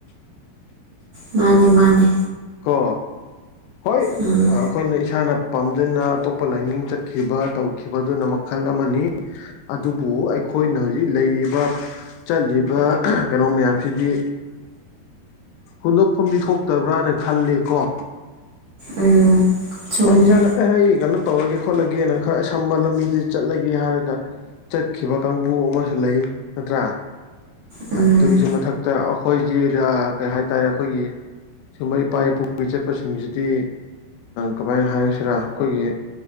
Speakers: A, on the left; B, on the right.
A: <inaudible>
B: ꯃꯥꯅꯤ ꯃꯥꯅꯦ
A: ꯀ ꯍꯣꯏ
B: ꯎꯝ
A: ꯑꯩꯈꯣꯏꯅ ꯏꯁꯥꯅ ꯄꯥꯝꯖꯅ ꯑꯇꯣꯞꯄ ꯂꯥꯏꯅꯤꯡ ꯆꯠꯈꯤꯕ ꯇꯧꯈꯤꯕꯗꯨꯅ ꯃꯈꯜ ꯑꯃꯅꯤ ꯑꯗꯨꯕꯨ ꯑꯩꯈ ꯑꯩꯈꯣꯏꯅ ꯍꯧꯖꯤꯛ ꯂꯩꯔꯤꯕ ꯆꯠꯂꯤꯕ ꯀꯩꯅꯣ ꯃꯌꯥꯝꯁꯤꯗꯤ ꯍꯨꯟꯗꯣꯛꯐꯝꯗꯤ ꯊꯣꯛꯇꯕ꯭ꯔꯥꯅ ꯈꯜꯂꯤ ꯀꯣ
B: ꯎꯝ ꯆꯨꯝꯃꯦ
A: ꯍꯣꯏ ꯏꯁꯥꯅ ꯑꯦ ꯑꯩ ꯀꯩꯅꯣ ꯇꯧꯔꯒꯦ ꯈꯣꯠꯂꯒꯦꯅ ꯈꯔꯁꯝꯕ ꯂꯝꯕꯤꯗ ꯆꯠꯂꯒꯦ ꯍꯥꯏꯔꯒ ꯆꯠꯈꯤꯕ ꯀꯥꯡꯕꯨ ꯑꯃꯁꯨ ꯂꯩ ꯅꯠꯇ꯭ꯔꯥ
B: ꯎꯝ
A: ꯑꯗꯨꯒꯤꯁꯨ ꯃꯊꯛꯇ ꯑꯩꯈꯣꯏꯁꯤꯦ ꯀꯩ ꯍꯥꯏꯇꯥꯔꯦ ꯑꯩꯈꯣꯏꯒꯤ ꯁꯤꯒꯨꯝꯕ ꯏꯄꯥ ꯏꯄꯨꯒꯤ ꯆꯠꯄꯁꯤꯡꯁꯤꯗꯤ ꯀꯃꯥꯏꯅ ꯍꯥꯏꯁꯤꯔꯥ ꯑꯩꯈꯣꯏꯒꯤ